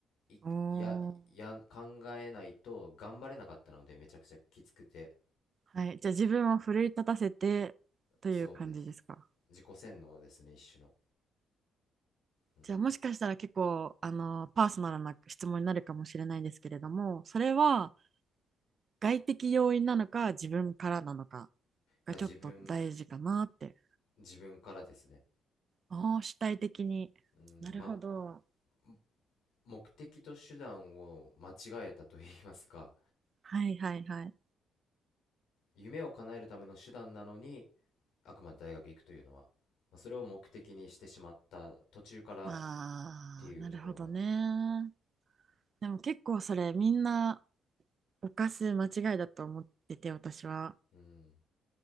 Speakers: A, on the left; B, on the right.
A: い、
B: おー。
A: や、や、考えないと頑張れなかったのでめちゃくちゃきつくて
B: はい。じゃあ、自分を奮い立たせてという感じですか
A: そうです自己洗脳ですね一種の、うん、
B: じゃあ、もしかしたら結構、あの、パーソナルな質問になるかもしれないんですけれども、それは外的要因なのか自分からなのかがちょっと大事かなって
A: あ自分自分からですね、
B: ああ、主体的に。
A: うん、
B: なるほど。
A: まあも目的と手段を間違えたと言いますか
B: はいはいはい。
A: 夢を叶えるための手段なのにあくまで大学行くというのは、まあ、それを目的にしてしまった途中からっ
B: ああ、
A: ていうところが、
B: なるほどね。でも結構それみんな犯す間違いだと思ってて、私は。
A: うん、